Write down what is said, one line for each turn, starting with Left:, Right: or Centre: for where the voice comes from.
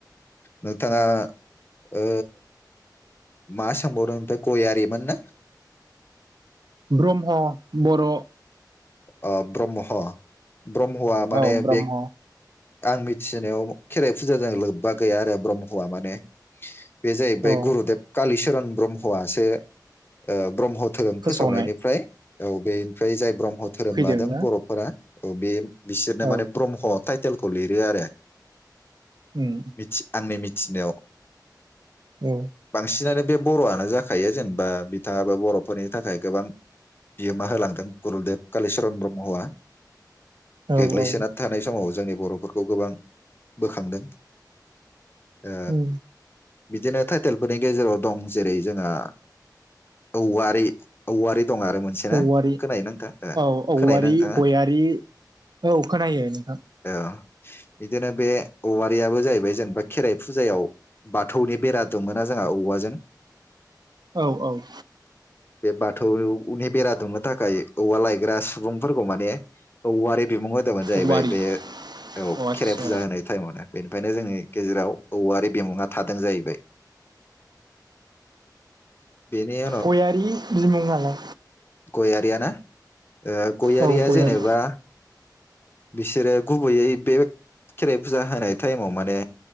Left: नोंथाङा ओ मा सोंबावदोंथाय गयारिमोन नो?
Right: ब्रह्म बर'
Left: इ ब्रह्म ब्रह्मआ माने
Right: औ ब्रह्म
Left: बे आं मिथिनायाव खेराइ फुजाजों लोब्बा गैया आरो ब्रह्मआ माने बे जाहैबाय
Right: औ
Left: गुरुदेब कालिश सन ब्रह्मासो ओ ब्रह्म धोरोम
Right: फोसावनाय
Left: फोसावनायनिफ्राय औ बेनिफ्राय जाय ब्रह्म धोरोम
Right: फैदोंना
Left: लादों बर'फोरा औ बे बिसोरनो
Right: औ
Left: माने ब्रह्म ताय हटेलखौ लिरो आरो
Right: उम
Left: मिथि आंनि मिथि मिथिनायाव
Right: औ
Left: बांसिन आनो बे बर'आनो जाखायो जेनेबा बिथाङाबो बर'फोरनि थाखाय गोबां बिहोमा होलांदों गुरुदेव कालिचरन ब्रह्मआ
Right: औ
Left: गोग्लैसोना
Right: औ
Left: थानाय समाव जोंनि बर'फोरखौ गोबां बोखांदों। ओ
Right: उम
Left: बिदिनो टाइटेलफोरनि गेजेराव दं जेरै जोंहा औवारि औवारि दं आरो मोनसेना
Right: औवारि
Left: खोनायो ना नोंथा ओ
Right: औ औवारि
Left: खोनायोना नोंथाङा
Right: गयारि औ खोनायो नोंथां।
Left: ओ बिदिनो बे औवारियाबो जाहैबाय जेनेबा खेराइ फुजायाव बाथौनि बेरा दुमोना जोंहा औवाजों
Right: औ औ।
Left: बे बाथौनि बेरा दुमनो थाखाय औवा लाय बेरा सुबुंफोरखौ माने औवारी बिमुं हो गोदामानो जाहैबाय
Right: औवारि
Left: बे औ
Right: अ आदसा
Left: खेराइ फुजा होनाय टाइमावनो बेनो ओमखायनो जोंनि गेजेराव औवारि बिमुङा थादों जाहैबाय। बेनि
Right: गयारि बिमुङा द
Left: गयारियाना ओ गयारिया
Right: औ गयारि
Left: जेनेबा बिसोरो गुबैयै बे खेराइ फुजा होनाय टाइमाव माने